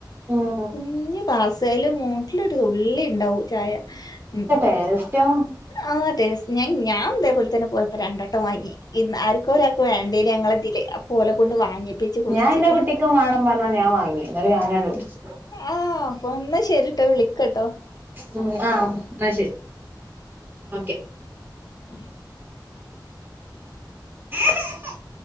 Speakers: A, on the right (about 25°); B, on the left (about 55°).
A: ഉം
B: കുഞ്ഞി ക്ലാസ് അയില് മൂട്ടില് ഒരു തുള്ളി എണ്ടാവു ചായ ഉ
A: ടെസ്റ്റ്‌ ഓ
B: ആഹ അതെ ഞ ഞാൻ ഇതേ പോലെ തന്നെ പോയപ്പോ രണ്ടട്ടം വാങ്ങി ഇ ആർക്കും ഒരാക്കെ വേണ്ടേന് ഞങ്ങളതില് ഓല കൊണ്ട് വാങ്ങിപ്പിച്ച് കുടിച്ച്
A: ഞാൻ എന്റെ കുട്ടിക്കും വേണം പറഞ്ഞോണ്ട് ഞാൻ വാങ്ങി എന്നിട്ട് ഞാനാണ്ട് കുടിച്ച്
B: ആഹ് അപ്പം എന്ന ശരിട്ടോ വിളിക്കട്ടോ
A: ആഹ ആഹ ശരി ഓക്കേ
B: അ
A: <inaudible>